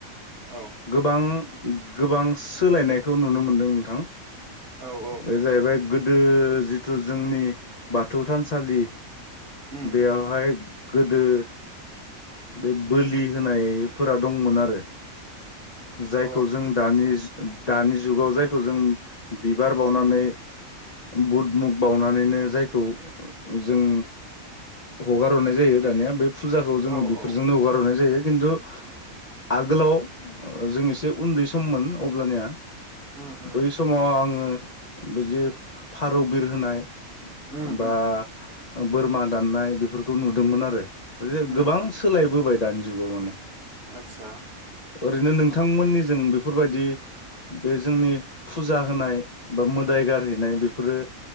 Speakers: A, on the right; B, on the left.
A: औ
B: गोबां गोबां सोलायनायखौ नुनो मोन्दों नोंथां।
A: औ औ
B: बे जाहैबाय गोदो जिथु जोंनि बाथौ थानसालि
A: उम
B: बेयावहाय गोदो बे बोलि होनायफोरा दंमोन आरो जायखौ
A: अ
B: जों दानि दानि जुगाव जायखौ जों बिबार बावनानै
A: उम उम
B: बुद मुग बावनानैनो जायखौ जों हगार हरनाय जायो दानिया बे फुजाखौ जोङो
A: औ
B: बेफोरजोंनो
A: औ
B: हगार हरनाय जायो। किन्तु आगोलाव जों एसे उन्दै सममोन अब्लानिया
A: उम उम
B: बै समाव आङो बिदि फारौ बिर होनाय
A: उम
B: ओमबा
A: उम
B: बोरमा दाननाय बेफोरखौ नुदोंमोन आरो जे
A: उम
B: गोबां
A: उम
B: सोलायबोबाय दानि जुगाव माने
A: आदसा
B: ओरैनो नोंथांमोननिजों बेफोरबायाददि बे जोंनि फुजा होनाय बा मोदाय गारहैनाय बेफोरो